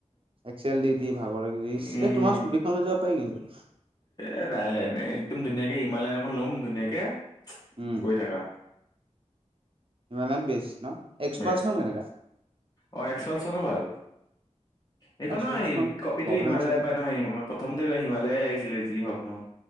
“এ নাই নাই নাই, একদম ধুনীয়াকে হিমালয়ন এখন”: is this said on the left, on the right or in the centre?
Left